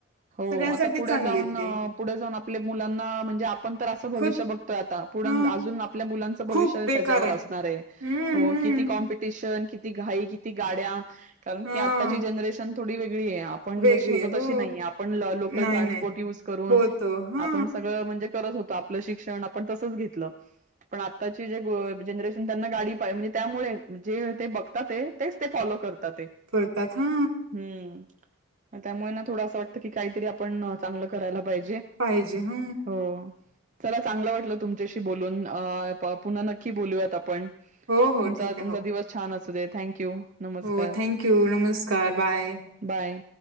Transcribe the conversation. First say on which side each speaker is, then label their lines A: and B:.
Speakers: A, on the right; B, on the right.
A: हो
B: सगळ्यांसाठी
A: आता पुढे
B: चांगले
A: जाऊन
B: आहेत ते
A: पुढे जाऊन आपल्या मुलांना म्हणजे आपण तर असं भविष्य
B: खूप
A: बघतोय आता. पुढ
B: ह
A: आजून आपल्या मुलांच भविष्य
B: खूप बेकार
A: त्याच्यवर असणार आहे
B: हम्म
A: हो
B: हम्म
A: किती कॉम्पिटे शन किती घाई किती गाड्या कारण
B: हा
A: कि आताची जनरेन थोडी वेग ळी, आपण
B: वेगळे
A: जशे होतो तशी
B: हो
A: नाही आपण लोकल
B: नाही
A: ट्रान्सपोर्ट
B: नाही
A: यूज करून,
B: होतो हा
A: आपण सगळं म्हणजे करत होतो आपलं शिक्षण आपण तसंच घेत ल, पण आताची जे जनरेशन त्यांना गाडी पा म्हणजे त्यामुळे जे, ते बघतात ते तेच ते फॉलो करतात ते.
B: पुरतात हा
A: हम्म. त्यामुळे ना थोडं असं वाटतं की काहीतरी आपण चांगलं करायला पा पाहिजे,
B: पाहिजे ह
A: हो. चला चांगल वाटलं तुमच्याशी, बोलून आ पुन्हा नक्की बोलूयात आपण
B: हो हो
A: तुमचा
B: ठीक आहे
A: तुमचा
B: हो
A: दिवस छाण असो देत थँक्यू. नमस्कार
B: हो थँक्यू नमस्कार बाय.
A: बाय